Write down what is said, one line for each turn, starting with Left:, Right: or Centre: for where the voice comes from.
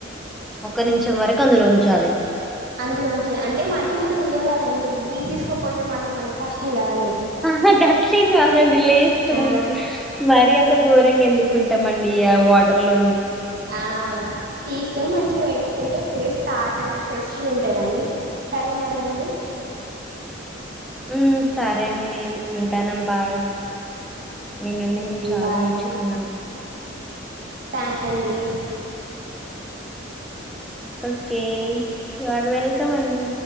Centre: ఒక్క నిమిషం వరకు అందులో ఉంచాలి
Right: అందులో ఉంచలి అంటే మధ్య మధ్య లేవాలండి బ్రీత్ తీసుకోకపోతే మల్లా మనకు కష్టం కదండి
Centre: ఆ గట్లేం కాదండి లేస్తం
Right: ఆ
Centre: మరి అంత ఘోరంగా ఎందుకుంటామండి ఆ వాటర్ లో
Right: ఆ తీసుకొని మంచిగా పెట్టుకుంటే పేస్ట్ తాజాగా ఫ్రెష్గా ఉంటదండి సరే మరి అండి
Centre: ఉ సరే అండి ఉంటాను బాయ్ మీ నుండి మేం చాలా
Right: బాయ్
Centre: నేర్చుకున్నామ్
Right: టాసండి
Centre: ఓకే యు ఆర్ వెల్కమ్ అండి